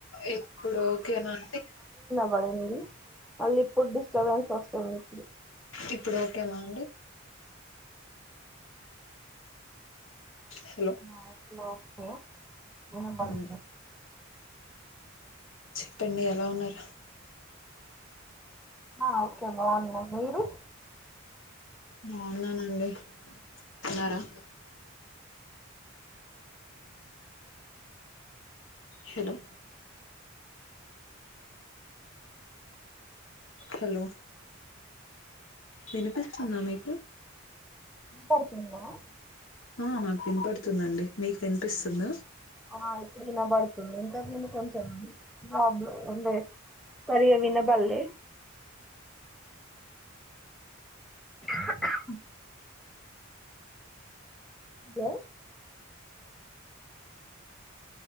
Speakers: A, on the left (about 75°); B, in the centre.
A: ఇప్పుడు ఓకేనా అండీ.
B: పడింది. మాళ్ళ ఇప్పుడు డిస్టర్బెన్స్ వస్తుంది.
A: ఇప్పుడు ఓకేనా అండి. హలో
B: నాకు లోపు వినబడుతున్నది.
A: మ్మ్. చెప్పండి. ఎలా ఉన్నారు.
B: ఆ ఓకే బాగున్నాం. మీరు
A: బాగున్నానండి. తీన్నారా హలో హలో వినిపిస్తుందా మీకు
B: వినపడుతుందా
A: ఆ నాకు వినిపడుతుందండి మీకు వినిపిస్తుంద
B: ఆ ఇప్పుడు వినబడుతుంది ఇంతక ముందు కొంచెం ప్రాబ్లం ఉండే సరిగా వినబడలే <inaudible> హలో